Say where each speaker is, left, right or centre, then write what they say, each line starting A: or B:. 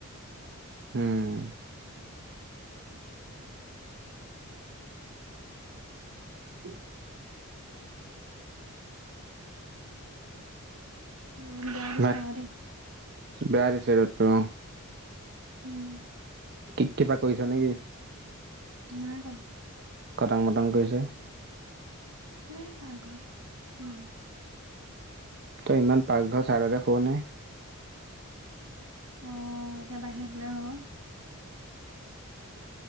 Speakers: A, on the right (about 50°); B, on the right (about 80°).
A: উম। কি।
B: উম, বেয়া দিছে
A: ভাত
B: আও দে।
A: বেয়া দিছে ৰদটো অহ।
B: উম।
A: কি কিবা কৰিছা নে নেকি?
B: নাই কৰা।
A: কটং, মটং কৰিছে।
B: হে পাঘৰত। উম।
A: তই ইমান পাকঘৰ চাইডতে শুৱ নে।
B: অহ এতিয়া বাহিৰত শুলে হ'ব।